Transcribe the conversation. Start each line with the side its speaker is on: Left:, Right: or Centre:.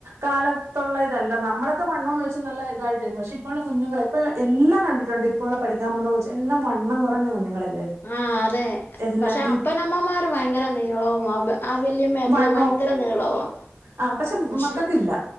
Right: കാലത്തുള്ള ഇതല്ല നമ്മളൊക്കെ വണ്ണോം വെച്ച് നല്ല ഇതായിട്ടേന്നു. പക്ഷെ ഇപ്പഴുള്ള കുഞ്ഞുങ്ങളെ ഇപ്പൊ എല്ലാം കണ്ടിട്ടുണ്ട് ഇപ്പൊ ഒള്ള പഠിക്കാൻ പോകുന്ന കൊച്ച് എല്ലാം വണ്ണം കുറഞ്ഞ കുഞ്ഞുങ്ങളല്ലേ.
Left: ആഹ് അതെ
Right: എല്ലാം
Left: പക്ഷെ
Right: ഈ
Left: അപ്പനമ്മമാര് ഭയങ്കര നീളവും <unintelligible> ആഹ് വല്യമ്മയൊക്കെ
Right: വണ്ണോ
Left: ഭയങ്കര നീളവാ <unintelligible>
Right: ആ പക്ഷെ മക്കൾക്കില്ല